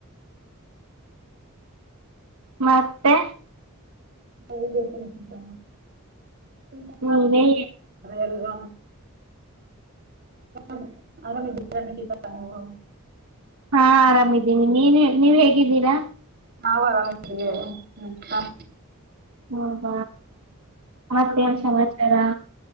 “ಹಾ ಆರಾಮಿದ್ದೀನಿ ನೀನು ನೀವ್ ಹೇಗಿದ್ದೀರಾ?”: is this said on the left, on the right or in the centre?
Right